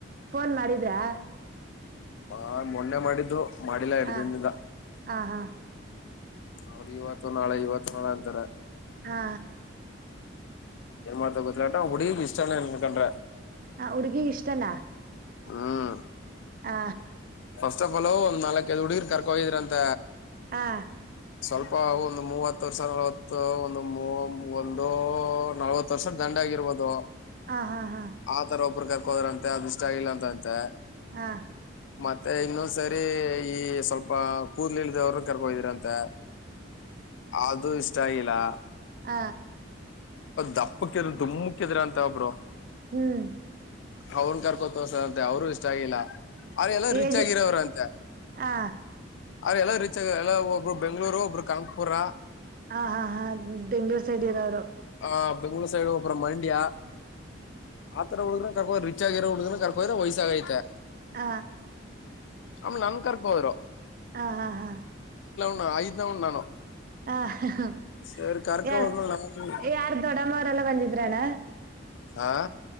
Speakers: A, on the right; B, on the left.
A: ಫೋನ್ ಮಾಡಿದ್ರಾ
B: ಹಾ ಮೊನ್ನೆ ಮಾಡಿದ್ದು ಮಾಡಿಲ್ಲಾ ಇರ್್ದಿನಿಂದ
A: ಆ ಹಾ ಹಾ
B: ಅವ್ರ ಇವತ್ತು ನಾಳೆ ಇವತ್ತು ನಾಳ ಅಂತಾರ
A: ಹಾ
B: ನ್ ಮಾಡ್ತ ಗೊಲಾ ಉಡ ಇಷ್ಟನಕೊಂಡ್ರೆ
A: ಹ ಉಡುಗಿ ಇಷ್ಟಲ್ಲ
B: ಹ್ಮ್
A: ಆ
B: ಹೊವಸ ಪಲವುಂದ್ ನಾಲ್ಕೈದು್ ಹುಡುಗಿರ್ ಕರ್ಕೊ ಹೋಗಿದ್ರಂತ
A: ಹಾ
B: ಸ್ವಲ್ಪ ಒಂದು ಮೂವತ್ತು ವರ್ಷ ನಲ್ವತ್ತು ಒಂದು ಒಂದು ನಲ್ವತ್ತು ವರ್ಷ ದಂಡ ಆಗಿರ್ಬೋದು
A: ಆ ಹಾ ಹಾ
B: ಆ ತರ ಪರು ಹಕ್ಕೋದ್ರಂತೆ ಅದ್ ಇಷ್ಟ ಆಗಿಲ್ಲ ಅಂತಂತೆ
A: ಹಾ
B: ಮತ್ತೆ ಇನ್ನೊಂದ್ ಸರಿ ಈ ಸ್ವಲ್ಪ ಕೂದ್ಲಿ ಇಳ್ದವರು ಕರ್ಕೊಿದಿರ ಅಂತ ಅದು ಇಷ್ಟ ೈಲಾ
A: ಹ
B: ದಪ್ಪಕ್ಕಿದ್ರ ದುಮಕ್ಕಿದ್ರ ಅಂತ ಒಬ್ರು
A: ಹ್ಮ್
B: ಅವನ್ ಕರ್ಕೊತಸ ಅಂತೆ ಅವರು ಇಷ್ಟ ಆಗಿಲ್ಲ ಅವ್ರ ಎಲ್ಲ ರಿಚ್
A: ಏಜ್
B: ಆಗಿರವ್ರಂತೆ
A: ಆ
B: ಅವ್ರ ಎಲ್ಲ ರೀಚ್ ಆಗ ಎಲ್ಲ ಒಬ್ರು ಬೆಂಗ್ಗಳೂರು ಒಬ್ರು ಕಾಕ್ಪುರ
A: ಹಾ ಹಾ ಹಾ ಬೆಂಗ್ಳೂರ್ ಸೈಡ್ ಇದದಾವರು
B: ಆ ಬೆಂಗಳೂರು ಸೈಡು ಅಪರ ಮಂಡಿಯಾ ಆತರ ಹೋದ್ರ ಕರ್ಕೋ ರಿಚ್ ಆಗಿೋ ಹುಡುಗ ಕರ್ಕೋ್ರ ವಯಸ್ಸಾಗೈತೆ
A: ಹ
B: ಆಲೆ ನನ್ ಕರ್ಕೋದ್ರು
A: ಹಾ ಹಾ ಹಾ
B: ಹ ಐದ್ ಉ್ ನಾನು
A: ಹ
B: ಸರಿ ಕರ್ಕ
A: ಯ
B: ಹೋದ್ಮೇಲೆ ನಾನು
A: ಯಾರ್ ದೊಡಮ್ಮವರೆಲ್ಲ ಬಂದಿದ್ರಣ್ಣ
B: ಆಾ